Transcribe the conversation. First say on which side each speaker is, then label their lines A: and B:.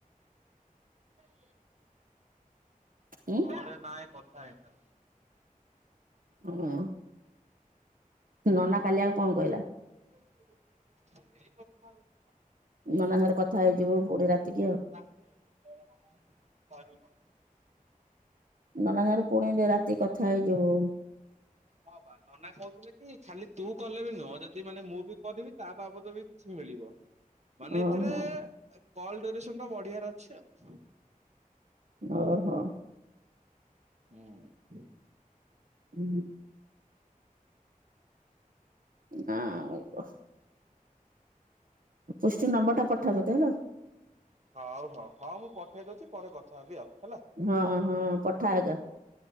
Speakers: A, on the right; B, on the right.
A: ହ
B: ଉଁ
A: ଘରେ ନାଇଁ କଥା ହେଇନି ଆଉ
B: ଓହୋ ନନା କାଲି ଆଉ କଣ କହିଲା?
A: କଥା ହଉଛି।
B: ନନା ସାଙ୍ଗରେ କଥା ହେଇଯିବୁ ପୁଣି ରାତିକି ଆଉ
A: <inaudible>
B: ନନା ସାଙ୍ଗରେ ପୁଣି ରାତିକି କଥା ହେଇଯିବୁ।
A: ହଁ ବା ନନା କହୁଥିଲେ କି ଖାଲି ତୁ କଲେ ବି ନୁହଁ ଯଦି ମାନେ ମୁଁ ବି କରିବି ତା ବାବଦ ବି କିଛି ମିଳିବ। ମାନେ
B: ଓହୋ
A: ଏଥିରେ କଲ ଡୁରେସନଟା ବଢିଆର ଅଛି ଆଉ
B: ଓହୋ।
A: ହୁଁ।
B: ହୁଁ <unintelligible> ପୁଷ୍ଟି ନମ୍ବର ଟା ପଠାମତେ ହେଲା।
A: ହଉ ହଉ ହଁ ମୁଁ ପଠେଇ ଦଉଚି ପରେ କଥା ହେବି ଆଉ ହେଲା।
B: ହଁ ହଁ ପଠା ଆଗ।